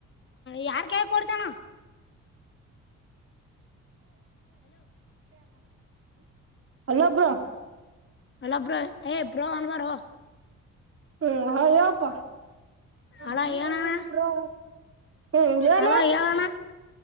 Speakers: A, on the left; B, on the right.
A: ಯಾರ ಕೈಲಿ ಕೊಡ್ತೀಯಣ
B: ಹಲೋ ಬ್ರೋ
A: ಅಲೋ ಬ್ರೋ ಏ್ ಬೋ ಒನ್ವಾರ
B: ಹ್ಮ್ ಹೇಳಪ್ಪ ನಾನು
A: ಅಲ್ಲ
B: ಮನೆಗೋಗಿನಿ
A: ಏನಣ್ಣ
B: ಬ್ರೋ ಆಂ ಹೇಳು
A: ಹಲೋ ಹೇಳಣ